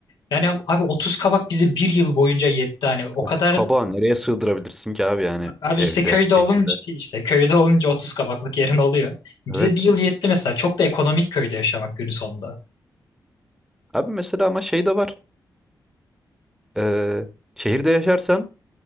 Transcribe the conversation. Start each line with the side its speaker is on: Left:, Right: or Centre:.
Left: Yani abi 30 kabak bize bir yıl boyunca yetti. Hani o
Centre: 30
Left: kadar
Centre: kabağı nereye sığdırabilirsin ki abi yani
Left: abi
Centre: evde,
Left: işte köyde olunca
Centre: şehirde?
Left: işte köyde olunca 30 kabaklık yerin oluyor. Bize
Centre: Evet.
Left: bir yıl yetti mesela. Çok da ekonomik köyde yaşamak günün sonunda.
Centre: Abi mesela ama şey de var. Ee, şehirde yaşarsan